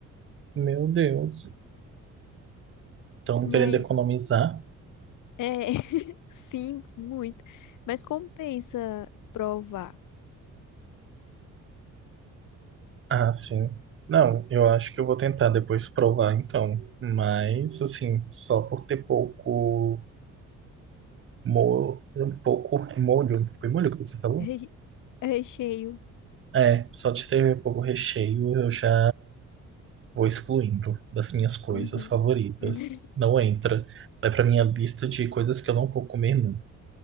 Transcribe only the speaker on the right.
Meu Deus. Estão
querendo economizar?
Ah, sim. Não, eu acho que eu vou tentar depois provar, então. Mas, assim, só por ter pouco molho, um pouco molho. Foi molho que você falou?
É, só de ter pouco recheio eu já vou excluindo das minhas coisas
favoritas.
Não entra. Vai pra minha lista de coisas que eu não vou comer nunca.